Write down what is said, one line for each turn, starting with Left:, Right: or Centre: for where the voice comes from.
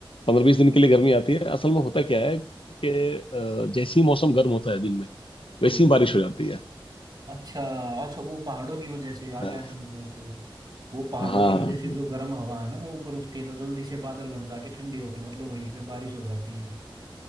Left: पंद्रह बीस दिन के लिए गर्मी आती है असल में होता क्या है कि अ, जैसे ही मौसम गर्म होता है दिन में वैसी
Right: बिल्कुल
Left: ही बारिश हो जाती है
Right: अच्छा अच्छा वो पहाड़ों की वजह से आ
Left: हाँ
Right: गया समझ मेरे को वो पहाड़ों
Left: हाँ,
Right: की वजह से जो गर्म हवा है ना वो ऊपर उठती है तो जल्दी से बादल बन जाके ठंडी होके मतलब वहीं पे बारिश हो जाती है